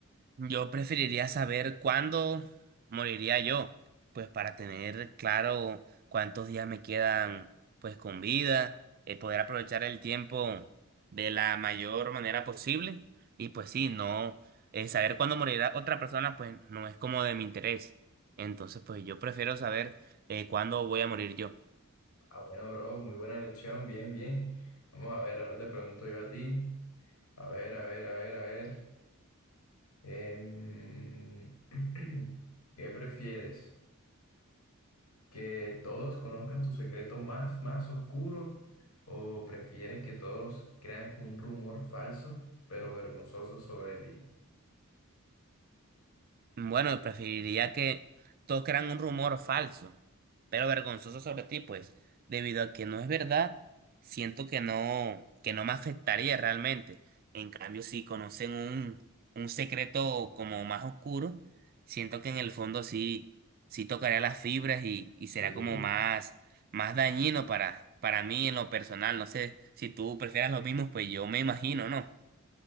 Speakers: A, on the right (about 40°); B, on the left (about 80°).
A: Yo preferiría saber cuándo moriría yo, pues para tener claro cuántos días me quedan pues con vida, eh, poder aprovechar el tiempo de la mayor manera posible y pues sí, no eh, saber cuándo morirá otra persona pues no es como de mi interés. Entonces pues yo prefiero saber eh, cuándo voy a morir yo.
B: Ah, bueno, bro, muy buena lección. Bien, bien. Vamos a ver, ahora te pregunto yo a ti. A ver, a ver, a ver, a ver. Em, <clears throat> ¿qué prefieres? que todos conozcan tu secreto más, más oscuro o prefieres que todos crean un rumor falso pero vergonzoso sobre ti?
A: Bueno, preferiría que todos crean un rumor falso, pero vergonzoso sobre ti, pues, debido a que no es verdad, siento que no, que no me afectaría realmente. En cambio, si conocen un, un secreto como más oscuro, siento que en el fondo sí, sí tocaría las fibras y, y
B: Sí.
A: será como más, más dañino para, para mí en lo personal. No sé si tú prefieras lo mismo, pues yo me imagino, ¿no?